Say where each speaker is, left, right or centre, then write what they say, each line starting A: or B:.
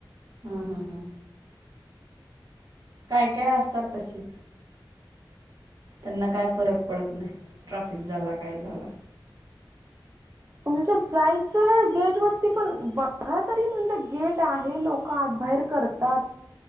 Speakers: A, on the right (about 55°); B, on the right (about 35°).
A: हा हा हा काय काय असतात तसे. त्यांना काय फरक पडत नाही, ट्राफिक झाला काय झाला
B: म्हटलं जायचंय गेट वरती, पण बघा तरी म्हटलं गेट आहे लोक लोक आत बाहेर करतात..